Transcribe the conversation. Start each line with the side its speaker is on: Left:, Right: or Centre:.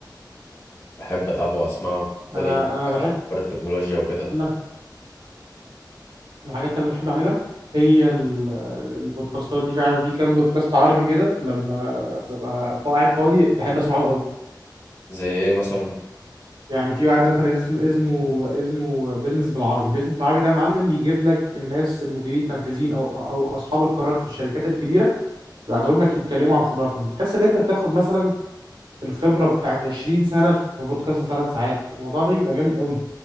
Left: بحب اتابعه واسمعه ده
Right: أنا
Left: بيجيب لك
Right: أنا بحب
Left: اخر اخبار التكنولوجيا وكده
Right: أنا من الحاجات اللي انا بحب اعملها هي ال- البودكاستات دي فعلا في كام بودكاست عربي كده لما ببقى قاعد فاضي بحب اسمعه قوي
Left: زي ايه مثلا
Right: يعني في واحد مثلا اسم- اسمه اسمه بيزنس بالعربي بيزنس بالعربي ده يا معلم بيجيب لك الناس المديرين التنفيذيين او او اصحاب القرار في الشركات الكبيره ويقعدهم لك يتكلموا عن خبراتهم تحس ان انت بتاخد مثلا الخبره بتاعت 20 سنه في بودكاست ثلاث ساعات الموضوع ده بيبقى جامد قوي